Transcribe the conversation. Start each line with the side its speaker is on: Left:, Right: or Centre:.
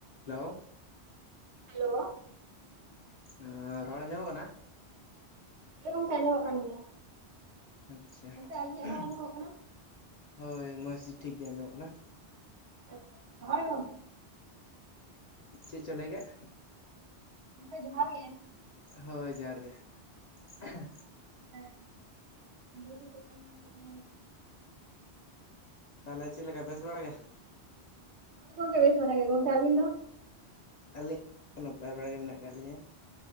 Left: Hello.
Right: Hello.
Left: ᱟ ᱨᱚᱲ ᱟᱸᱡᱚᱢᱚᱜ ᱠᱟᱱᱟ?
Right: ᱦᱮᱸ ᱜᱚᱝᱠᱮ ᱟᱸᱡᱚᱢᱚᱜ ᱠᱟᱱ ᱜᱮᱭᱟ᱾
Left: ᱟᱪᱪᱷᱟ
Right: ᱜᱚᱝᱠᱮ ᱟᱹᱞᱤᱧᱟᱜ ᱨᱚᱲ
Left: ᱩᱸᱦ
Right: ᱟᱸᱡᱚᱢᱚᱜ ᱠᱟᱱᱟ
Left: ᱦᱳᱭ ᱢᱚᱡᱽ ᱴᱷᱤᱠ ᱜᱮ ᱟᱸᱡᱚᱢᱚᱜ ᱠᱟᱱᱟ᱾
Right: ᱟᱪᱪᱷᱟ <unintelligible>
Left: ᱪᱮᱫ ᱪᱚ ᱞᱟᱹᱭ ᱠᱮᱜ
Right: ᱜᱚᱝᱠᱮ ᱡᱚᱦᱟᱨ ᱜᱮ᱾
Left: ᱦᱳᱭ ᱡᱚᱦᱟᱨ ᱜᱮ ᱮᱦᱮ ᱾
Right: <inaudible>
Left: ᱛᱟᱦᱞᱮ ᱪᱮᱫ ᱞᱮᱠᱟ ᱵᱮᱥ ᱵᱟᱲᱟ ᱜᱮ?
Right: ᱦᱳᱭ ᱜᱚᱝᱠᱮ ᱵᱮᱥ ᱵᱟᱲᱟ ᱜᱮ᱾ ᱜᱚᱝᱠᱮ ᱟᱹᱵᱤᱱ ᱫᱚ?
Left: ᱟᱹᱞᱤᱧ ᱦᱚᱸ ᱱᱟᱯᱟᱭ ᱵᱟᱲᱟ ᱜᱮ ᱢᱮᱱᱟᱜ ᱠᱟᱫ ᱞᱤᱧᱟᱹ᱾